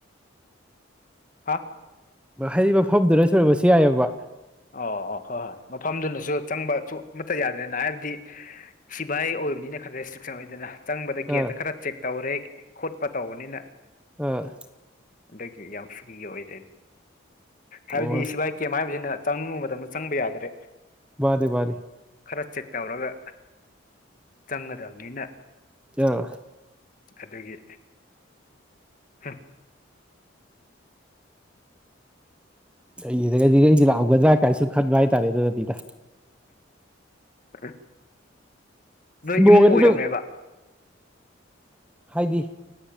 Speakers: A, on the left; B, in the centre.
A: ꯍꯥ
B: ꯍꯩ ꯃꯐꯝꯗꯨꯗ ꯁꯣꯏꯔꯕꯁꯨ ꯌꯥꯏꯑꯕ
A: ꯑꯣ ꯑꯣ ꯍꯣꯏ ꯍꯣꯏ ꯃꯐꯝꯗꯨꯅꯁꯨ ꯆꯪꯕꯁꯨ ꯑꯃꯠꯇ ꯌꯥꯗ꯭ꯔꯦꯅ ꯍꯥꯏꯕꯗꯤ ꯁꯤꯚꯥꯏ ꯑꯣꯏꯕꯅꯤꯅ ꯈꯔ ꯔꯦꯁꯇ꯭ꯔꯤꯛꯁꯟ ꯑꯣꯏꯗꯅ ꯆꯪꯕꯗ ꯒꯦꯠꯇ
B: ꯑꯥ
A: ꯈꯔ ꯆꯦꯛ ꯇꯧꯔꯦ ꯈꯣꯠꯄ ꯇꯧꯕꯅꯤꯅ
B: ꯑ
A: ꯍꯟꯗꯛꯀꯤ ꯌꯥꯝ ꯐ꯭ꯔꯤ ꯑꯣꯏꯗꯦ ꯍꯥꯏꯕꯗꯤ
B: ꯑꯣ
A: ꯁꯤꯕꯥꯏ ꯀꯦꯝ ꯍꯥꯏꯕꯁꯤꯅ ꯆꯪꯅꯤꯡꯕ ꯃꯇꯝꯗ ꯆꯪꯕ ꯌꯥꯗ꯭ꯔꯦ
B: ꯋꯥꯗꯦ ꯋꯥꯗꯦ
A: ꯈꯔ ꯆꯦꯛ ꯇꯧꯔꯒ ꯆꯪꯒꯗꯕꯅꯤꯅ
B: ꯑꯥ
A: ꯑꯗꯨꯒꯤ ꯍꯥꯥ
B: ꯑꯩꯗꯒꯗꯤꯈꯩꯗꯤ ꯂꯥꯛꯑꯒꯗ꯭ꯔꯥ ꯀꯥꯏꯁꯨ ꯈꯟꯕ ꯍꯥꯏꯇꯥꯔꯦ ꯑꯗꯨꯅꯗꯤꯗ
A: ꯑ ꯅꯣꯏ
B: ꯕ꯭ꯔꯣꯒꯗꯤ
A: ꯏꯃꯨꯡ ꯑꯣꯏꯔꯝꯃꯦꯕ
B: ꯑꯗꯨꯝ ꯍꯥꯏꯗꯤ